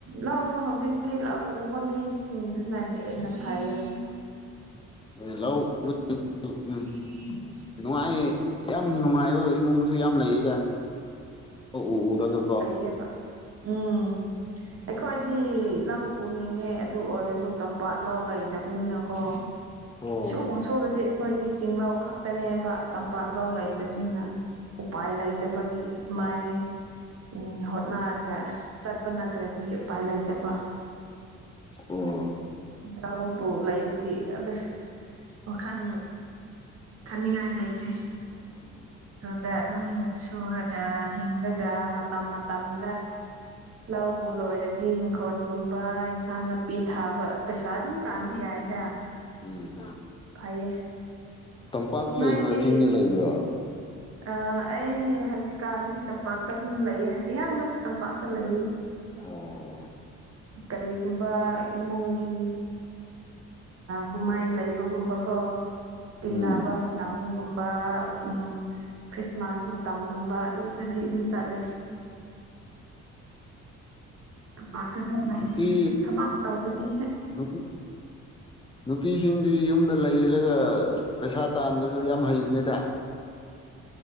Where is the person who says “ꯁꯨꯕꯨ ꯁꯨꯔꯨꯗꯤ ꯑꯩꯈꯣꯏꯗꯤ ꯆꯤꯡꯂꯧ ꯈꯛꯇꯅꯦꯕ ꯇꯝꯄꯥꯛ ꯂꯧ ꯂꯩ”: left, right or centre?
Right